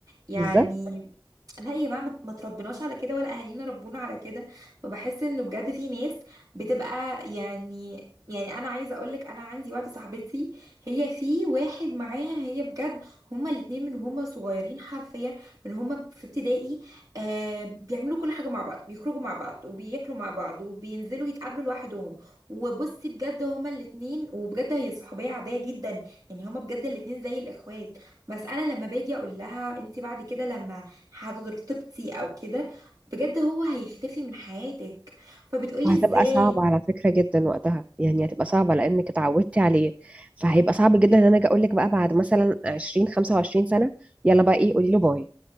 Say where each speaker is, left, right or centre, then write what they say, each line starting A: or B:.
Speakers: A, on the right; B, on the right.
A: يعني
B: بالظبط
A: لا يا بقى ما ما تربناش على كده ولا اهالينا ربونا على كده فبحس انه بجد في ناس بتبقى يعني يعني انا عايزه اقولك انا عندي واحده صاحبتي هي في واحد معاها هي بجد هما الاتنين من هما صغيرين حرفيا من هما في ابتدائي آه بيعملوا كل حاجه مع بعض بيخرجوا مع بعض وبياكلوا مع بعض وبينزلوا يتقابلوا لوحدهم وبصي بجد هما الاتنين وبجد هي صحوبيه عاديه جدا يعني هما بجد الاتنين زي الاخوات بس انا لما باجي اقول لها انت بعد كده لما هترتبطي او كده بجد هو هيختفي من حياتك فبتقولي
B: وهتبقى
A: ازاي
B: صعبة على فكرة جدا وقتها يعني هتبقى صعبة لأنك اتعودتي عليه فهيبقى صعب جدا إن أنا أجي أقول لك بقى بعد مثلا 20 25 سنة يلا بقى إيه قولي له باي